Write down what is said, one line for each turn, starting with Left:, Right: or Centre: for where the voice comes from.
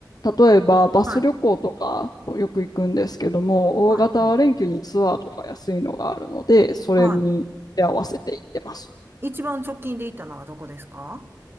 Left: 例えば、バス旅行とかよく行くんですけども、
Right: はい。はい。
Left: 大型連休にツアーとか安いのがあるので、それに合わせて行ってます。
Right: はい。一番直近で行ったのはどこですか